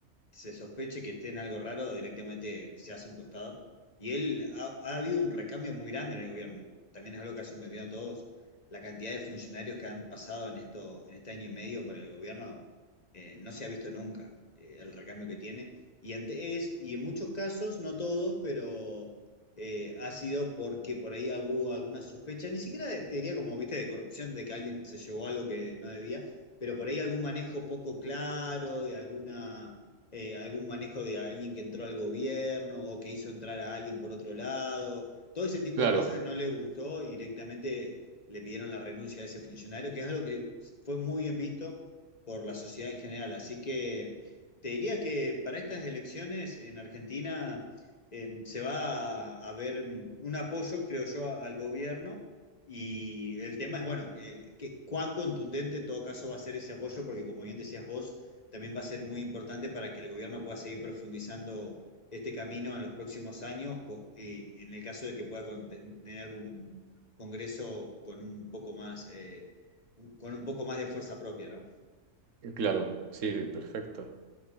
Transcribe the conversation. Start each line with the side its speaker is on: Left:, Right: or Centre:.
Left: se sospeche que esté en algo raro, directamente se hace un costado. Y él ha, ha habido un recambio muy grande en el gobierno. También es algo que ha sorprendido a todos. La cantidad de funcionarios que han pasado en esto, en este año y medio por el gobierno, eh, no se ha visto nunca eh, el recambio que tiene. Y ante- es, y en muchos casos, no todos, pero eh, ha sido porque por ahí hubo alguna sospecha, ni siquiera de- te diría como, viste, de corrupción, de que alguien se llevó algo que no debía, pero por ahí algún manejo poco claro, de alguna eh, algún manejo de alguien que entró al gobierno o que hizo entrar a alguien por otro lado. Todo ese tipo
Right: Claro,
Left: de cosas no le gustó y directamente le pidieron la renuncia de ese funcionario, que es algo que fue muy bien visto por la sociedad en general. Así que te diría que para estas elecciones en Argentina eh, se va a a ver un apoyo, creo yo, al gobierno. Y el tema es, bueno, que, que cuán contundente en todo caso va a ser ese apoyo, porque como bien decías vos, también va a ser muy importante para que el gobierno pueda seguir profundizando este camino en los próximos años, y en el caso de que pueda tener un Congreso con un poco más, eh, con un poco más de fuerza propia, ¿no?
Right: eh, claro, sí, perfecto.